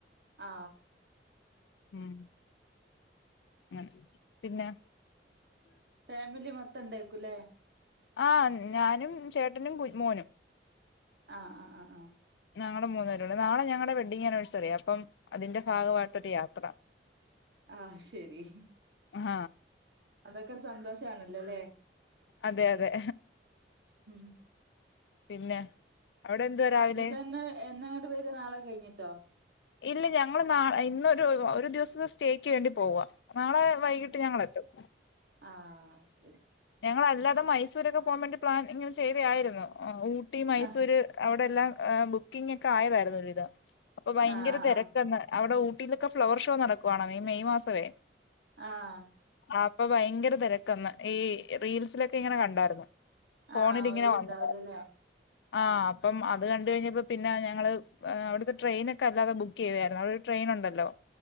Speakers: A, on the right (about 65°); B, on the left (about 75°).
A: ആ
B: ഉം ഉം പിന്നെ
A: ഫാമിലി മൊത്തം ഇണ്ടക്കുംല്ലേ
B: ആഹ ഞാനും ചേട്ടനും കു മോനും
A: ആഹ ആ ആഹ് ആഹ
B: ഞങ്ങള് മൂന്നേരംണ്ട് നാളെ ഞങ്ങടെ വെഡിങ്ങാനിവേഴസറിയാ അപ്പം അതിന്റെ ഭാഗമായിട്ടൊരു യാത്ര
A: ആഹ് ശരി
B: ആഹ
A: അതൊക്കെ ഒരു സന്തോഷ ആണല്ലോല്ലേ
B: അതെ അതെ
A: ഹം
B: പിന്നെ അവിടെ എന്തുവാ രാവിലെ
A: ഇനിയിപ്പോ എന്നാ എന്നാങ്ങട്ട വരുവാ നാളെ കഴിഞ്ഞിട്ടോ
B: ഇല്ല ഞങ്ങൾ നാ ഇന്നൊരുദിവസത്തെ സ്റ്റേക്ക് വേണ്ടി പോവാ നാളെ വൈകിട്ട് ഞങ്ങൾ എത്തും
A: ആഹ ശരി
B: ഞങ്ങളല്ലാതെ മൈസൂരൊക്കെ പോകാൻവേണ്ടി പ്ലാൻ ഇങ്ങനെ ചെയ്തയായിരുന്നു ഊ ട്ടി മൈസൂര്
A: ആഹ്
B: അവ് വിടെല്ലാം ബുക്കിംങ് ഒക്കെ ആയതായിരുന്നു ഒരുവിധം അപ്പൊ ഭയങ്കര
A: ആഹ് ആഹ്
B: തിരക്കന്ന്
A: ആഹ്
B: അവിടെ ഊട്ടിയിലൊക്കെ ഫ്ലവർ ഷോ നടക്കുവാണ് ഈ മെയ് മാസമേ
A: ആഹ്
B: ആ അപ്പൊ ഭയങ്കര തിരക്കന്ന് ഈ റീൽസിലൊക്കെ ഇങ്ങനെ കണ്ടായിരുന്നു ഫോണിൽ
A: ആഹ്
B: ഇങ്ങനെ
A: ഒഴിവുണ്ടാവുലല്ലേ
B: വന്ന ആ അപ്പം അത് കണ്ട് കഴിഞ്ഞപ്പോ പിന്നെ ഞങ്ങള് അവിടുത്തെ ട്രെയിന് ഒക്കെ അല്ലാതെ ബുക്ക് ചെയ്തായിരുന്നു അവിടെ ഒരു ട്രെയിൻ ഉണ്ടല്ലോ